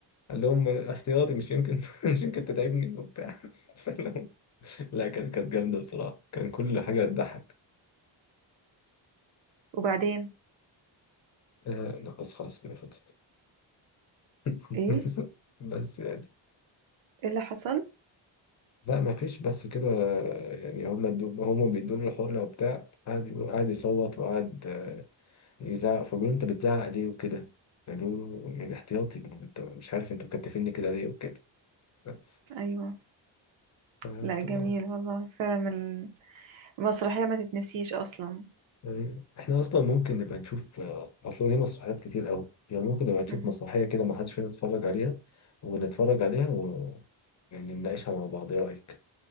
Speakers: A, on the left; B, on the right.
A: قال لهم احتياطي مش يمكن <laughs> مش يمكن تتعبني وبتاع <laughs> لا كانت كانت جامده بصراحه كان كل حاجه تضحك
B: وبعدين
A: آه، لا بس خلاص كده خلصت <laughs>
B: ايه
A: بس يعني
B: ايه اللي حصل
A: لا ما فيش بس كده يعني هما دو- هما بيدوا له الحقنه وبتاع قعد يقول- قعد يصوت وقعد يزعق فبيقول له انت بتزعق ليه وكده قالوا له يعني احتياطي انت مش عارف انتوا مكتفيني كده ليه وكده بس
B: ايوه
A: فهمت
B: لا جميل
A: بقى
B: والله فعلا من- المسرحية ما تتنسيش اصلا
A: يعني احنا اصلا ممكن نبقى نشوف آه، اصل ليه مسرحيات كتير قوي يعني ممكن نبقى نشوف
B: مم.
A: مسرحية كده ما حدش فينا اتفرج عليها ونتفرج عليها و يعني نناقشها مع بعض ايه رأيك